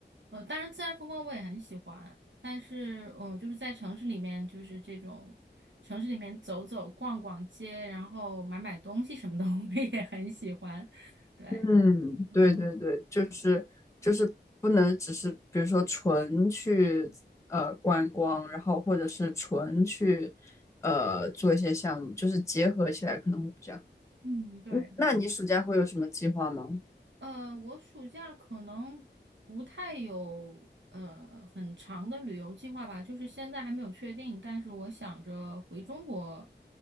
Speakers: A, on the right; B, on the left.
A: 呃，当然自然风光我也很喜欢，但是嗯，呃就是在城市里面，就是这种城市里面走走逛逛街，然后买买东西什么的，<laughs> 我也很喜欢。对。
B: 嗯，对对对，
A: 嗯。
B: 就是就是不能只是比如说纯去呃观光，然后或者是纯去呃做一些项目，就是结合起来可能会比较好。
A: 嗯，对，
B: 嗯，那你暑假会有什么计划吗？
A: 呃，我暑假可能不太有呃很长的旅游计划吧，就是现在还没有确定，但是我想着回中国